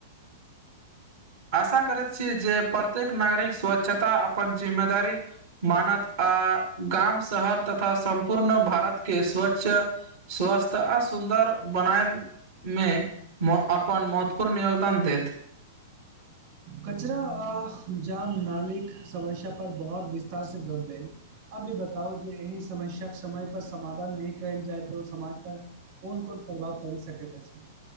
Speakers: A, on the right; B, on the right.
A: आशा करैत छी जे प्रत्येक नागरिक स्वच्छता अपन जिम्मेदारी मानत आ गाम शहर तथा सम्पूर्ण भारत के स्वच्छ स्वस्थ आ सुन्दर बनायत मे अपन महत्वपूर्ण योगदान देैत
B: कचरा आ जाम नालिक समस्या पर बहुत विस्तार से ग अभी बताउ जे एहि समस्या समय पर समाधान नहि कयल जाय त समाज पर कोन कोन प्रभाव पड़ि सकैत अछि